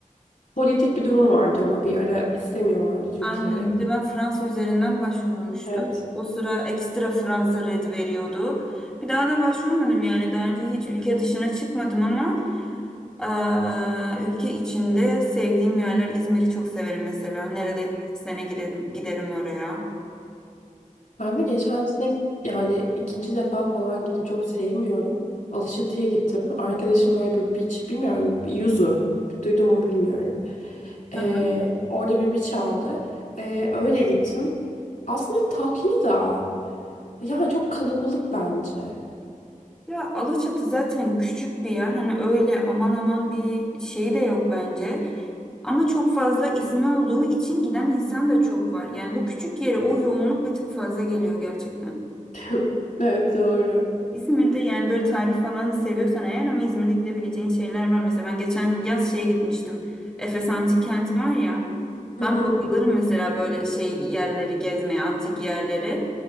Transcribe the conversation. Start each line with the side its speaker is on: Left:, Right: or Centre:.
Left: Politik bir durum vardı ama bir ara istemiyorlardı Türkiye'yi.
Centre: Aynen. Bir de ben Fransa üzerinden başvurmuştum.
Left: Evet.
Centre: O sıra ekstra Fransa red veriyordu. Bir daha da başvurmadım yani. Daha önce hiç ülke dışına çıkmadım ama aa, ülke içinde sevdiğim yerler İzmir'i çok severim mesela. Neredeyse bir sene giderim, giderim oraya.
Left: Ben de geçen sene git- yani ikinci defa falan gittim. Çok sevmiyorum. Alaçatı'ya gittim. Arkadaşım böyle bir beach bilmiyorum. bir Yuzu. Duydum mu bilmiyorum. Ee,
Centre: Aha.
Left: orada bir beach aldı. Ee, öyle gittim. Aslında tatlı da. Yani çok kalabalık bence.
Centre: Ya Alaçatı zaten küçük bir yer. Hani öyle aman aman bir şey de yok bence. Ama çok fazla ismi olduğu için giden insan da çok var. Yani o küçük yere o yoğunluk bir tık fazla geliyor gerçekten.
Left: <laughs> Evet doğru.
Centre: İzmir'de yani böyle tarih falan seviyorsan eğer ama İzmir'de gidebileceğin şeyler var. Mesela ben geçen yaz şeye gitmiştim. Efes Antik Kenti var ya.
Left: <laughs>
Centre: Ben bayılırım mesela böyle şey yerleri gezmeye, antik yerleri.